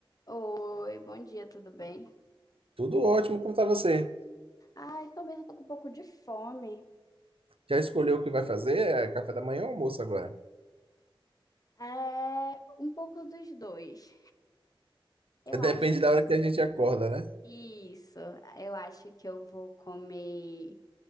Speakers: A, on the left; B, on the right.
A: Oi, bom dia, tudo bem?
B: Tudo ótimo, como tá você?
A: Ai, também eu tô com um pouco de fome.
B: Já escolheu o que vai fazer? É café da manhã ou almoço agora?
A: É, um pouco dos dois. Eu
B: Depende
A: acho.
B: da hora que a gente acorda, né?
A: Isso, eu acho que eu vou comer